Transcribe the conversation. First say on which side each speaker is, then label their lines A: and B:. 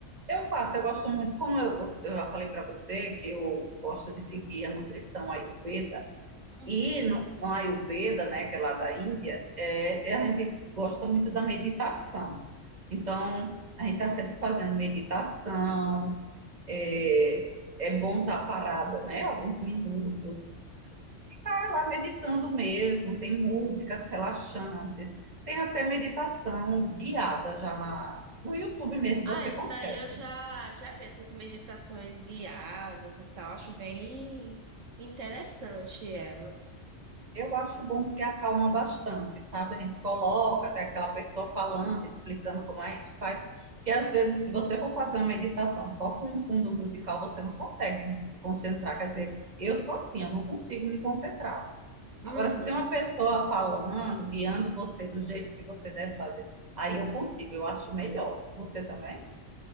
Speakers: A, on the right; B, on the right.
A: Eu faço, eu gosto muito, como eu, eu já falei para você, que eu gosto de seguir a nutrição Ayurveda.
B: Uhum.
A: E no, no Ayurveda, né, que é lá da Índia, é, é a gente gosta muito da meditação. Então, a gente está sempre fazendo meditação É, é bom estar parada, né? Alguns minutos. Ficar lá meditando mesmo. Tem músicas relaxantes. Tem até meditação guiada já na, no YouTube mesmo,
B: Ah,
A: você
B: esse
A: consegue.
B: daí eu já, já vi essas meditações guiadas e tal, acho bem interessante elas.
A: Eu acho bom porque acalma bastante, sabe? A gente coloca até aquela pessoa falando, explicando como é que faz. Porque às vezes, se você for fazer uma meditação só com um fundo musical, você não consegue se concentrar. Quer dizer, eu sou assim, eu não consigo me concentrar. Agora,
B: Uhum.
A: se tem uma pessoa falando, guiando você do jeito que você deve fazer, aí eu consigo, eu acho melhor. Você também?